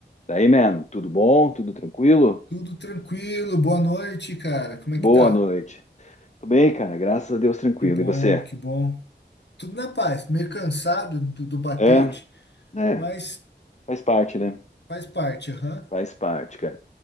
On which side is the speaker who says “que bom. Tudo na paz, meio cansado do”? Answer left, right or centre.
Left